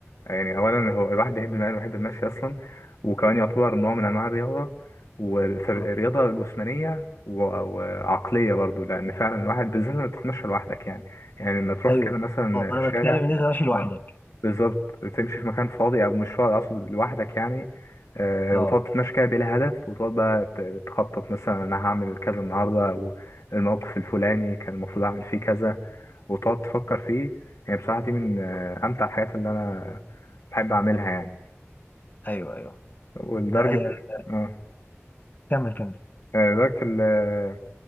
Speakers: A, on the left; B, on the left.
A: يعني اولا هو الواحد بيحب المشي بيحب المشي اصلا وكمان يعتبر نوع من انواع الرياضه ورياضه
B: آه.
A: جسمانيه و- وعقليه برضو لان فعلا الواحد بالذات لما تتمشى لوحدك يعني يعني لما تروح
B: ايوه
A: كده مثلا
B: هو
A: في
B: انا
A: الشارع
B: بتكلم ان انت ماشي لوحدك
A: اه بالظبط تمشي في مكان فاضي او مش فاضي اقصد لوحدك يعني آه
B: اه
A: وتقعد تتمشى كده بلا هدف وتقعد بقى ت- تخطط مثلا انا هعمل كذا النهارده والموقف الفلاني كان المفروض اعمل فيه كذا وتقعد تفكر فيه يعني بصراحة دي من آه، أمتع الحاجات اللي أنا بحب أعملها يعني
B: ايوه ايوه
A: ولدرجة
B: لا آه،
A: اه
B: كمل كمل
A: آه، لدرجة ال آه،